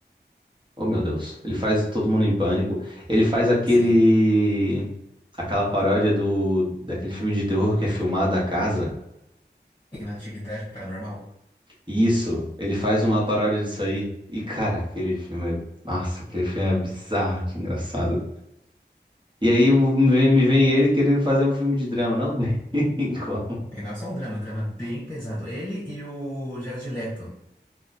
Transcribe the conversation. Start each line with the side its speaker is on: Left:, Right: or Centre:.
Right: Oh, meu Deus. Ele faz todo mundo em pânico. Ele faz aquele.
Left: sim.
Right: Aquela paródia do. Daquele filme de terror que é filmado a casa.
Left: Inatividade paranormal.
Right: Isso. Ele faz uma paródia disso aí. E, cara, aquele filme é. Nossa, aquele filme é bizarro de engraçado. E aí o- me vem me vem ele querendo fazer um filme de drama. Não tem <laughs> como.
Left: E não é só um drama, é um drama bem pesado. Ele e o Jared Leto,